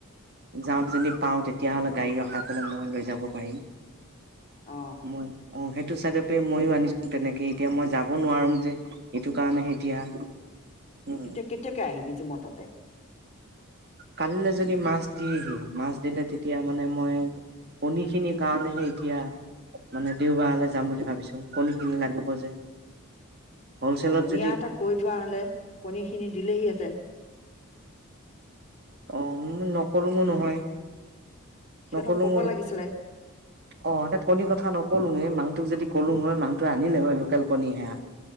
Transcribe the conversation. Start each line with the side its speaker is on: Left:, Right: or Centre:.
Right: যাওঁ যদি পাওঁ, তেতিয়াহলে গাড়ী ৰখাই পেলাই মই লৈ যাব পাৰিম।
Left: অ
Right: মই অ সেই টো চাইডৰপে ময়ো আনিছোঁং তেনেকে, এতিয়া মই যাব নোৱাৰোঁং যে। এইটো কাৰণেহে এতিয়া উম
Left: এতিয়া কেতিয়াকে আহিবি যে মৰ তাতে?
Right: কালিলৈ যদি মাছ দি আহি, মাছ দিলে তেতিয়া মানে মই, কণীখিনিৰ কাৰণেহে এতিয়া মানে দেওবাৰলৈ যাম বুলি ভাবিছোঁং। কণীখিনি লাগিব যে। হলচেলত
Left: অহ, মিয়া
Right: যদি
Left: এটাক কৈ থোৱাহলে, কণী খিনি দিলেহিহেঁতেন
Right: অ ম নকলোঁংও নহয়।
Left: সিহঁতক
Right: নকলোঁং
Left: ক'ব লাগিছিলে
Right: অ তাক কণী কথা নকলোঁং, হৈ মানুহটোক যদি কলোঁং হৈ মানুহটো আনিলে হৈ লোকেল কণী সেয়া।